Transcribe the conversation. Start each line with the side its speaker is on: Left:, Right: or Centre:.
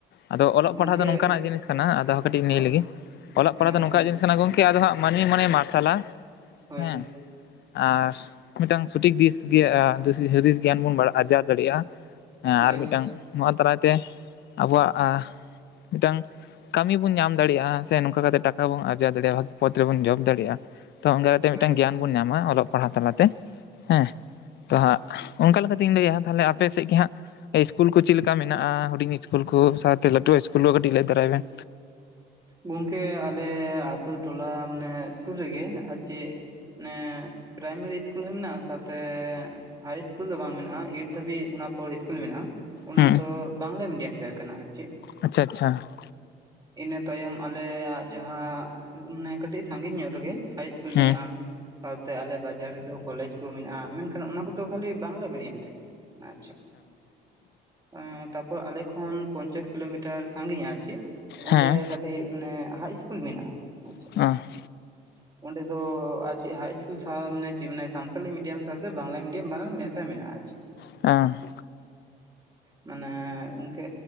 Left: ᱟᱫᱚ ᱚᱞᱚᱜ
Right: ᱜᱚᱝᱠᱮ
Left: ᱯᱟᱲᱦᱟᱜ ᱫᱚ ᱱᱚᱝᱠᱟᱱᱟᱜ ᱡᱤᱱᱤᱥ ᱠᱟᱱᱟ ᱟᱫᱚ ᱠᱟᱹᱴᱤᱡ ᱤᱧ ᱞᱟᱹᱭ
Right: ᱦᱳᱭ
Left: ᱞᱮᱜᱮ, ᱚᱞᱚᱜ
Right: ᱦᱮᱸ
Left: ᱯᱟᱲᱦᱟᱜ
Right: ᱢᱟ
Left: ᱫᱚ
Right: ᱜᱚᱝᱠᱮ
Left: ᱱᱚᱝᱠᱟᱱᱟᱜ ᱡᱤᱱᱤᱥ
Right: ᱞᱟᱹᱭ
Left: ᱠᱟᱱᱟ ᱜᱚᱝᱠ ᱠᱮ ᱟᱫᱚ ᱦᱟᱸᱜ ᱢᱟᱹᱱᱢᱤ ᱢᱚᱱᱮᱭ ᱢᱟᱨᱥᱟᱞᱟ
Right: ᱦᱳᱭ
Left: ᱦᱮᱸ ᱾ ᱟᱨ ᱢᱤᱫᱴᱟᱝ ᱥᱚᱴᱷᱤᱠ ᱫᱤᱥ ᱜᱮ ᱫᱤᱥ ᱦᱩᱫᱤᱥ ᱜᱮᱭᱟᱱ ᱵᱚᱱ ᱦᱟ-ᱟᱨᱡᱟᱣ ᱫᱟᱲᱮᱭᱟᱜᱼᱟ ᱾
Right: ᱦᱳᱭ
Left: ᱟᱨ ᱢᱤᱫᱴᱟᱝ ᱱᱚᱣᱟ ᱫᱟᱨᱟᱭ ᱛᱮ ᱟᱵᱚᱣᱟᱜ ᱟ ᱟ -ᱢᱤᱫᱴᱟᱝ ᱠᱟᱹᱢᱤ ᱵᱚᱱ ᱧᱟᱢ ᱫᱟᱲᱮᱭᱟᱜᱼᱟ ᱥᱮ ᱱᱚᱝᱠᱟ ᱠᱟᱛᱮ ᱴᱟᱠᱟ ᱵᱚᱱ ᱟᱨᱡᱟᱣ ᱫᱟᱲᱮᱭᱟᱜᱼᱟ ᱵᱷᱟᱹᱜᱤ ᱯᱚᱛᱷ ᱨᱮᱵᱚᱱ ᱡᱚᱵ ᱫᱟᱲᱮᱭᱟᱜᱼᱟ ᱾ ᱛᱚ ᱚᱱᱠᱟ ᱠᱟᱛᱮ
Right: ᱦᱳᱭ
Left: ᱢᱤᱫᱴᱟᱱ ᱜᱮᱭᱟᱱ
Right: ᱜᱚᱝᱠᱮ
Left: ᱵᱚᱱ ᱧᱟᱢᱟ ᱚᱞᱚᱜ ᱯᱟᱲᱦᱟᱜ ᱛᱟᱞᱟ ᱛᱮ, ᱦᱮᱸ ᱾ ᱛᱚ ᱦᱟᱸᱜ, ᱚᱱᱠᱟ ᱞᱮᱠᱟᱛᱮᱧ ᱞᱟᱹᱭᱟᱼᱟ, ᱛᱟᱞᱦᱮ ᱟᱯᱮ ᱥᱮᱫ ᱜᱮ ᱦᱟᱸᱜ ᱤᱥᱠᱩᱞ ᱠᱚ ᱪᱮᱫ ᱞᱮᱠᱟ ᱢᱮᱱᱟᱜᱼᱟ ᱦᱩᱰᱤᱧ ᱤᱥᱠᱩᱞ ᱠᱚ ᱥᱟᱶᱛᱮ ᱞᱟᱹᱴᱩ ᱤᱥᱠᱩᱞ ᱠᱚ ᱠᱟᱹᱴᱤᱡ ᱞᱟᱹᱭ ᱛᱟᱨᱟᱭ ᱵᱮᱱ?
Right: ᱜᱚᱝᱠᱮ ᱟᱞᱮ ᱟᱹᱛᱩ ᱴᱚᱞᱟ ᱢᱟᱱᱮ ᱥᱩᱨ ᱨᱮᱜᱮ ᱟᱨ ᱪᱮᱫ ᱢᱟᱱᱮ ᱯᱟᱨᱟᱭᱢᱮᱨᱤ ᱤᱥᱠᱩᱞ ᱦᱚᱸ ᱢᱮᱱᱟᱜᱼᱟ ᱥᱟᱶᱛᱮ ᱦᱟᱭ ᱤᱥᱠᱩᱞ ᱫᱚ ᱵᱟᱝ ᱢᱮᱱᱟᱜᱼᱟ ᱮᱭᱤᱴ ᱫᱷᱟᱹᱵᱤᱡ ᱚᱱᱟ ᱯᱚᱨ ᱤᱥᱠᱩᱞ ᱢᱮᱱᱟᱜᱼᱟ ᱾ ᱚᱱᱟ
Left: ᱦᱩᱸ
Right: ᱫᱚ ᱵᱟᱝᱞᱟ ᱢᱤᱰᱤᱭᱟᱢ ᱛᱟᱦᱮᱸ ᱠᱟᱱᱟ ᱟᱨ ᱪᱮᱫ?
Left: ᱟᱪᱪᱷᱟ ᱟᱪᱪᱷᱟ ᱾
Right: ᱤᱱᱟᱹ ᱛᱟᱭᱚᱢ ᱟᱞᱮᱭᱟᱜ ᱡᱟᱦᱟᱸ ᱮ ᱢᱟᱱᱮ ᱠᱟᱹᱴᱤᱡ ᱥᱟᱸᱜᱤᱧ ᱧᱚᱜ ᱨᱮᱜᱮ ᱦᱟᱭ ᱤᱥᱠᱩᱞ
Left: ᱦᱩᱸ
Right: ᱢᱮᱱᱟᱜᱼᱟ ᱾ ᱥᱟᱶᱛᱮ ᱟᱞᱮ ᱵᱟᱡᱟᱨ ᱨᱮᱫᱚ ᱠᱚᱞᱮᱡᱽ ᱠᱚ ᱢᱮᱱᱟᱜᱼᱟ, ᱢᱮᱱᱠᱷᱟᱱ ᱚᱱᱟ ᱠᱚᱫᱚ ᱠᱷᱟᱹᱞᱤ ᱵᱟᱝᱞᱟ ᱢᱤᱰᱤᱭᱟᱢ ᱛᱮᱜᱮ ᱾ ᱟᱪᱪᱷᱟ ᱾ ᱛᱟᱯᱚᱨ ᱟᱞᱮ ᱠᱷᱚᱱ ᱯᱚᱧᱪᱟᱥ ᱠᱤᱞᱳᱢᱤᱴᱟᱨ ᱥᱟᱸᱜᱤᱧᱟ ᱟᱨ ᱪᱤ ᱚᱸᱰᱮ
Left: ᱦᱮᱸ
Right: ᱠᱟᱹᱴᱤᱡ ᱢᱟᱱᱮ ᱦᱟᱭ ᱤᱥᱠᱩᱞ ᱢᱮᱱᱟᱜᱼᱟ ᱟᱪᱪᱷᱟ ᱾
Left: <unintelligible>
Right: <unintelligible> ᱚᱸᱰᱮ ᱫᱚ ᱟᱨ ᱪᱮᱫ ᱦᱟᱭ ᱤᱥᱠᱩᱞ ᱥᱟᱶ ᱢᱟᱱᱮ ᱪᱮᱫ ᱢᱟᱱᱮ ᱥᱟᱱᱛᱟᱞᱤ ᱢᱤᱰᱤᱭᱟᱢ ᱥᱟᱶᱛᱮ ᱵᱟᱝᱞᱟ ᱢᱤᱰᱤᱭᱟᱢ ᱵᱟᱱᱟᱨ ᱢᱮᱥ ᱢᱮᱱᱟᱜᱼᱟ ᱟᱨ ᱪᱮᱫ ᱾
Left: ᱮᱸᱦ ᱾
Right: ᱢᱟᱱᱮ ᱜᱚᱝᱠᱮ